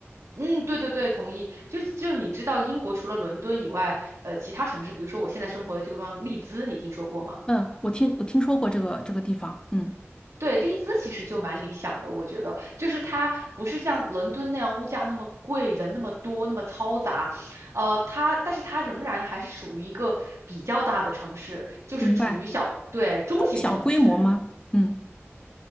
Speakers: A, on the right (about 80°); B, on the left (about 20°).
A: 嗯，对对对，同意。就就你知道，英国除了伦敦以外，呃，其他城市，比如说我现在生活的这个地方，利兹，你听说过吗？
B: 嗯，我听我听说过这个这个地方，嗯，
A: 对，利兹其实就蛮理想的，我觉得，就是它不是像伦敦那样物价那么贵，人那么多，那么嘈杂，呃，它，但是它仍然还是属于一个比较大的城市，就是处于小，
B: 明白。
A: 对，中型城市。
B: 中小规模吗？嗯，